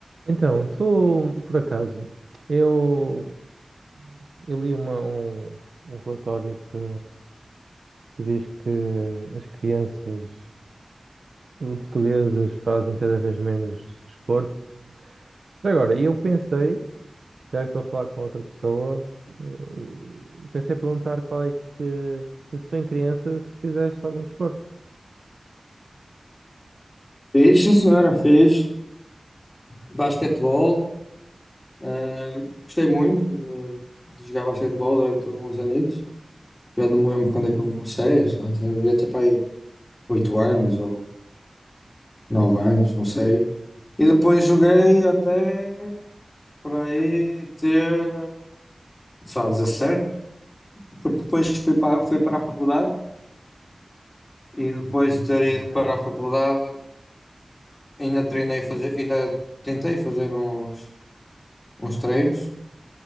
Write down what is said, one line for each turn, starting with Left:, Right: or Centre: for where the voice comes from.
Right: Então, tu, por acaso, eu, eu li uma- um, um relatório que, que diz que as crianças eh, portuguesas fazem cada vez menos desporto. Já agora, eu pensei, já que estou a falar com outra pessoa, eh, pensei em perguntar qual é que, se tu em criança, se fizeste algum desporto.
Left: Fez, sim senhora, fez basquetebol. eh, gostei muito de, de jogar basquetebol durante uns anitos. Já não me lembro quando é que eu comecei, só tinha devia ter para aí 8 anos ou 9 anos, não sei. E depois joguei até para aí ter só 17 porque depois fui para, fui para a faculdade e depois
Right: Ok,
Left: de ter ido para a faculdade ainda treinei fazer, ainda tentei fazer uns, uns treinos